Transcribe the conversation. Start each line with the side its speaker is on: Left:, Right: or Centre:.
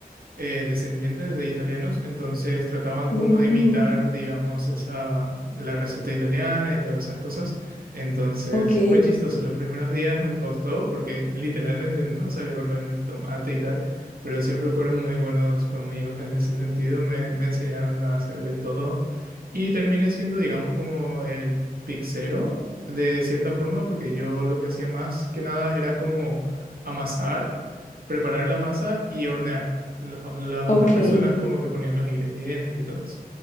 Right: eh, descendiente de italianos, entonces trataban
Left: Uh.
Right: como de imitar, digamos, esa, la receta italiana y todas esas cosas. Entonces
Left: Ok,
Right: fue chistoso, los primeros días me costó porque literalmente no sabía cortar ni tomate y tal, pero siempre fueron muy buenos conmigo en ese sentido, me, me enseñaron a hacer de todo y terminé siendo, digamos, como el pixero de cierta forma porque yo lo que hacía más que nada era como amasar preparar la masa y hornear. Los- las
Left: ok,
Right: otras personas como que ponían los ingredientes y todo eso.